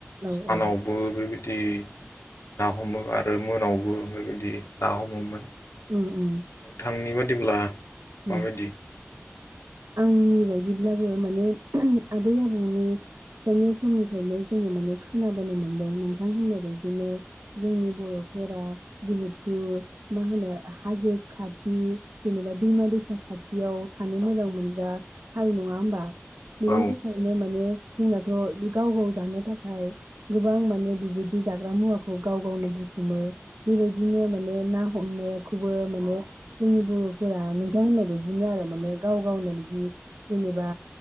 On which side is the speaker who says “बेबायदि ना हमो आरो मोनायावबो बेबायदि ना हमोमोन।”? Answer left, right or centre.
Left